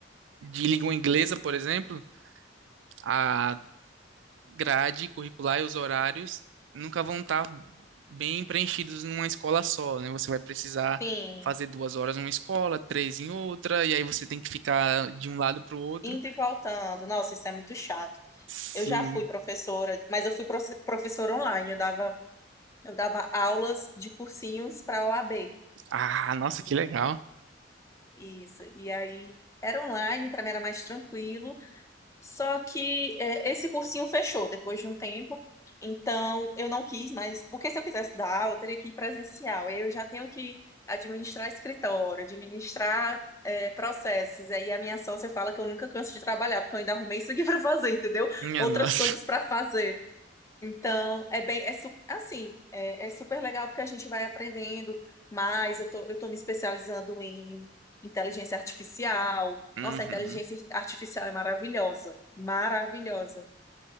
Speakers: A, on the right; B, on the left.
A: de língua inglesa, por exemplo, a grade curricular e os horários nunca vão estar bem preenchidos numa escola só, né? Você vai precisar
B: Sim,
A: fazer duas horas numa escola, três em outra, e aí você tem que ficar de um lado para o outro.
B: indo e voltando. Nossa, isso é muito chato.
A: Sim.
B: Eu já fui professora, mas eu fui profe- professora online, eu dava Eu dava aulas de cursinhos para a OAB.
A: Ah, nossa,
B: E-
A: que legal.
B: Isso. E aí era online, para mim era mais tranquilo. Só que é, esse cursinho fechou depois de um tempo. Então eu não quis mas porque se eu quisesse dar aula, eu teria que ir presencial. Eu já tenho que administrar escritório, administrar é, processos. E aí a minha sócia fala que eu nunca canso de trabalhar, porque eu ainda arrumei isso aqui para fazer, entendeu?
A: Minha
B: Outras
A: nossa.
B: coisas para fazer. Então, é bem, é su- assim, é, é super legal porque a gente vai aprendendo mais. Eu tô, eu tô me especializando em inteligência artificial.
A: Uhum.
B: Nossa, a inteligência artificial é maravilhosa, maravilhosa.